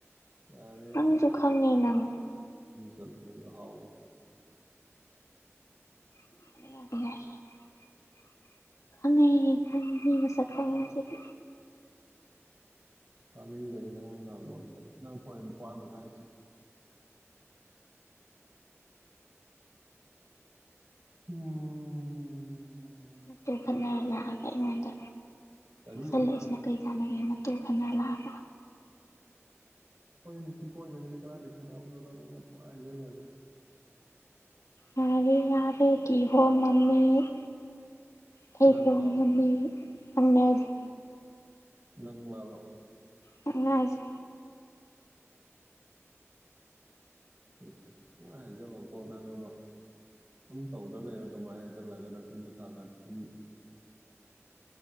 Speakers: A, on the right (about 50°); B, on the left (about 80°).
A: ꯌꯥꯔꯦ
B: ꯅꯪꯁꯨ ꯈꯪꯉꯦ ꯅꯪ
A: ꯆꯠꯂꯨ ꯑꯍꯎꯕꯗꯣ
B: <unintelligible> ꯈꯪꯉꯦ ꯈꯪꯉꯦ <unintelligible> ꯈꯪꯉꯦ ꯉꯥꯁꯤꯗꯤ
A: ꯇꯥꯅꯤꯡꯗꯦ ꯅꯪ ꯅꯪ ꯐꯣꯏ ꯄꯗ ꯍꯥꯏꯥꯏ <unintelligible>
B: ꯃꯇꯨ ꯈꯠꯅꯔ ꯂꯥꯛꯑꯒ ꯑꯩꯉꯣꯟꯗ
A: ꯀꯔꯤ
B: ꯁꯜꯂꯛꯏꯁꯤꯅ ꯀꯔꯤ ꯀꯥꯟꯅꯔꯤꯅ ꯅꯥꯇꯨ ꯈꯠꯅꯔꯥ ꯂꯥꯛ
A: ꯑꯩꯈꯣꯏ ꯅꯨꯄꯤ ꯀꯣꯏꯗꯕꯅꯤꯅ ꯀꯥꯏꯗꯩꯩ ꯈꯠꯅꯕꯅꯣꯗ ꯅꯪꯅ ꯄꯪꯍꯥꯏ ꯍꯥꯏꯖꯜꯂꯦꯗꯥ
B: ꯌꯥꯔꯦ ꯌꯥꯔꯦ ꯀꯤꯍꯣꯝ ꯃꯃꯤꯠ ꯊꯩꯕꯣꯡ
A: ꯅꯪꯂꯣ
B: ꯃꯥꯃꯤꯠ ꯈꯪꯅꯔꯁꯤ
A: ꯅꯪꯂꯕ
B: ꯅꯪꯅꯦ ꯍꯥꯌꯁꯤ
A: ꯏꯁ ꯄꯨꯡꯍꯥꯏ ꯍꯥꯏꯖꯜꯂꯣꯀꯣ ꯅꯪ ꯑꯃ ꯑꯗꯨꯝ ꯇꯧꯗꯅ ꯂꯩꯔ ꯑꯗꯨꯃꯥꯏꯅ ꯍꯥꯏꯖꯤꯜꯂꯒ ꯅꯆꯤꯟꯗ ꯈꯥ ꯈꯔ ꯊꯤ